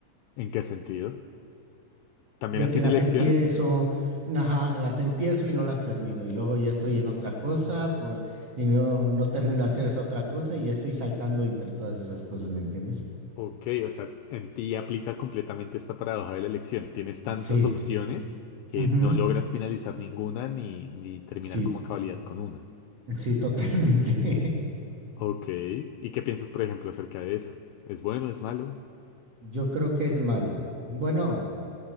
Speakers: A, on the left; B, on the right.
A: ¿en qué sentido? ¿También
B: de
A: hacían
B: que las
A: elecciones?
B: empiezo, ajá, las empiezo y no las termino, y luego ya estoy en otra cosa por, y no, no termino de hacer esa otra cosa y ya estoy saltando entre todas esas cosas, ¿me entiendes?
A: Ok, o sea, en ti aplica completamente esta paradoja de la elección. Tienes tantas
B: Sí,
A: opciones que
B: ujú,
A: no logras finalizar ninguna ni, ni terminar
B: Sí,
A: como a cabalidad con una.
B: sí, totalmente.
A: Ok, ¿y qué piensas, por ejemplo, acerca de eso? ¿Es bueno, es malo?
B: <laughs> Yo creo que es malo. Bueno,